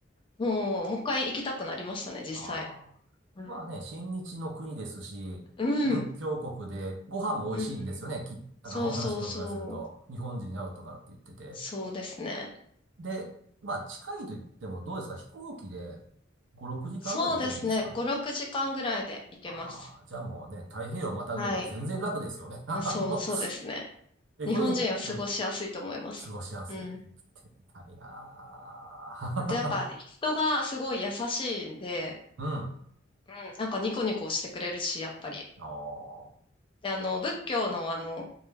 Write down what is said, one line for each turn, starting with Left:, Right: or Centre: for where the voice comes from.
Left: もう、もう一回行きたくなりましたね、実際。
Right: ああ。
Left: うん。
Right: まあね、親日の国ですし、
Left: うん
Right: 仏教国でご飯も美味しいんですよね。
Left: うんうん。
Right: き、なんかお話にお伺いすると、
Left: そうそうそう。
Right: 日本人に合うとかって言ってて。
Left: そうですね。
Right: で、まあ、近いと言ってもどうですか飛行機で5、6時間ぐらいで行けるんですかね。
Left: そうですね。5、6時間ぐらいで行けます。
Right: ああ、じゃあもうね、太平洋をまたぐよりは全然楽ですよね。
Left: はい。
Right: <laughs> あの、
Left: うんそう、そうですね。
Right: エコノミー、
Left: 日本人は過ごしやすいと思います。
Right: うん、過ごしやすい。
Left: うん。
Right: 生きてみたいなー。
Left: あとやっぱ人がすごい優しいんで、
Right: <laughs>
Left: うん、なんかニコニコしてくれるし、やっぱり。
Right: うん。お
Left: で、あの、仏教のあの、